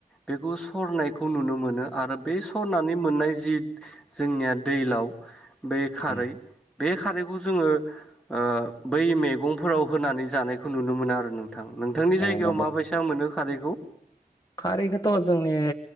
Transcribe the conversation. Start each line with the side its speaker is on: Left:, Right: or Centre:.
Centre: बेखौ सरनायखौ नुनो मोनो। आरो बे सरनानै मोननाय जि जोंनिया दैलाव बे खारै।
Left: अ
Centre: बे खारैखौ जोङो ओ बै मैगंफोराव होनानै जानायखौ नुनो मोनो आरो नों थां। नोंथांनि
Left: अ
Centre: जायगायाव
Left: नंगौ
Centre: माबायसा मोनो खारैखौ?
Left: खारैखौथ' जोंनि